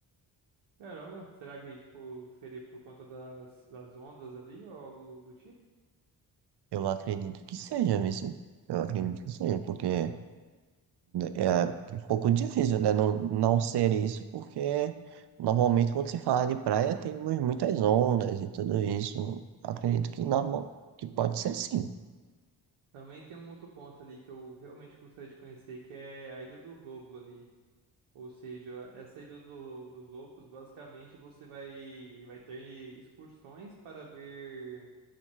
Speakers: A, on the right (about 75°); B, on the right (about 55°).
A: Caramba, será que, tipo, seria por conta das, das ondas ali ou algo do tipo?
B: Eu acredito que seja, Vici. Eu acredito que seja, porque é um pouco difícil, né? Não, não ser isso, porque normalmente quando se fala de praia tem mu- muitas ondas e tudo isso. Acredito que, normal, que pode ser sim.
A: Também tem um outro ponto ali que eu realmente gostaria de conhecer, que é a Ilha dos Lobos ali. Ou seja, essa Ilha do- dos Lobos, basicamente você vai, vai ter excursões para ver